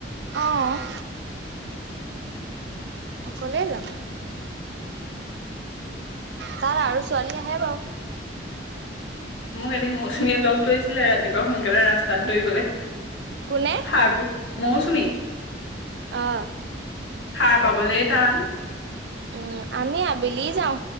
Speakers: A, on the right; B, on the left.
A: অ'। অকলেই যায়? তাত আৰু ছোৱালী আহে বাৰু।
B: মোক এদিন মৌচুমীয়ে লগ ধৰিছিলে, ৰাতিপুৱা সোনকালে ৰাস্তাত দৌৰিবলৈ
A: কোনে
B: সাৰ মৌচুমী
A: অ'।
B: সাৰ পাবলৈ টান।
A: উম, আমি আবেলি যাওঁ,